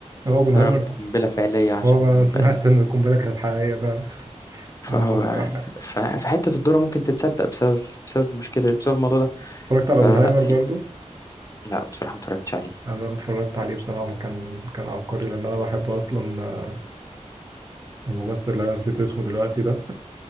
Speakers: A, on the right; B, on the left.
A: هو اوبنهايمر
B: ضرب قنبلة فعلية عشان
A: هو ما
B: يبقى
A: سمعت
B: ال...
A: ان القنبله كانت حقيقيه فعلا
B: فهو
A: عمل قنبله
B: يعني
A: حقيقية.
B: ف- فحتة الدورة ممكن تتصدق بسبب بسبب المشكلة بسبب الموضوع ده
A: اتفرجت
B: فلا
A: على اوبنهايمر
B: في
A: برضه
B: لا بصراحة ما اتفرجتش عليه
A: انا اتفرجت عليه بصراحه كان كان عبقري لان انا بحب اصلا الممثل اللي انا نسيت اسمه دلوقتي ده